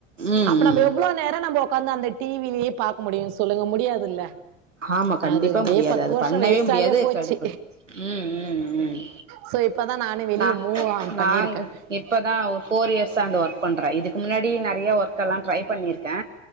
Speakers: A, on the right; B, on the right.
A: ம்
B: அப்ப நம்ப
A: ம்
B: எவ்ளோ நேர நம்ப ஒக்காந்து அந்த டி வி லே பாக்க முடியு சொல்லுங்க முடியாதில்ல
A: ஆமா கண்டிப்பா
B: அது
A: முடியாது
B: ஏ பத்து
A: அது
B: வருஷ
A: பண்ணவே
B: வேஸ்டாவே
A: முடியாது
B: போச்சு
A: கடுப்பு ம் ம் ம்
B: சோ இப்பதா நானே வெளிய
A: நா
B: மூவ் ஆன்
A: நாங்க
B: பண்ணிருக்கேன்.
A: இப்பதா ஒரு ஃபோர் இயர்ஸ்ஸா அந்த ஒர்க் பண்ற இதுக்கு முன்னாடி நெறைய ஒர்க் எல்லா ட்ரை பண்ணிர்க்கே